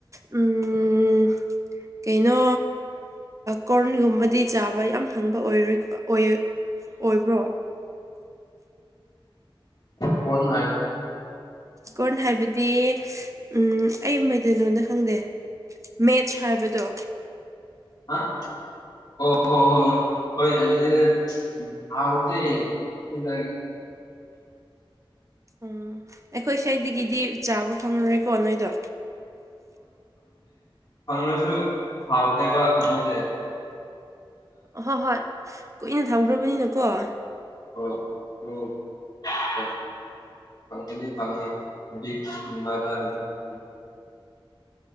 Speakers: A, on the right; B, on the left.
A: ꯎꯝ ꯀꯩꯅꯣ ꯀꯣꯔꯟꯒꯨꯝꯕꯗꯤ ꯆꯥꯕ ꯌꯥꯝ ꯐꯪꯕ ꯑꯣꯏꯔꯣꯏ ꯑꯣꯏ ꯑꯣꯏꯕ꯭ꯔꯣ
B: ꯀꯣꯟ ꯍꯥꯏ
A: ꯀꯣꯟꯅ ꯍꯥꯏꯕꯗꯤ ꯎꯝ ꯑꯩ ꯃꯩꯇꯩꯅꯣꯗ ꯈꯪꯗꯦ ꯃꯦꯠꯁ ꯍꯥꯏꯕꯗꯣ
B: ꯑ ꯑꯣ ꯍꯣ ꯍ ꯍꯣꯏꯥꯎ ꯁꯤꯉ
A: ꯎꯝ ꯑꯩꯈꯣꯏ ꯁ꯭ꯋꯥꯗꯒꯤꯗꯤ ꯆꯥꯕ ꯐꯪꯂꯉꯨꯔꯦꯀꯣ ꯅꯣꯏꯗꯣ
B: ꯐꯪꯁꯨ ꯍꯥꯎꯗꯕ ꯃꯗ
A: ꯍꯣꯏ ꯍꯣꯏ ꯀꯨꯏꯅ ꯊꯝꯈ꯭ꯔꯕꯅꯤꯅꯀꯣ <unintelligible>
B: ꯍꯣꯏ ꯑꯗꯨ <unintelligible>